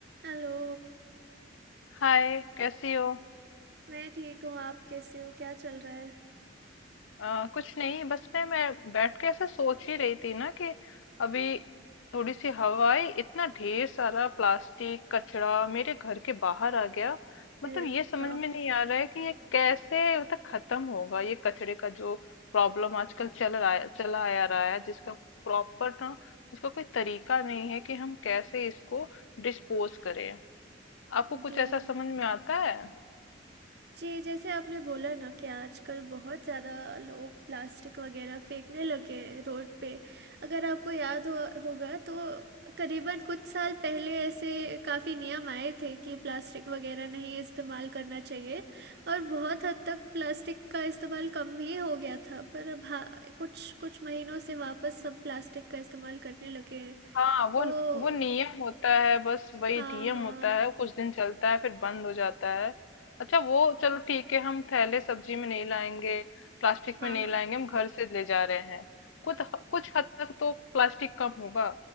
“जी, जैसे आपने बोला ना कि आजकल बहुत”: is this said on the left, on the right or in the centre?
Right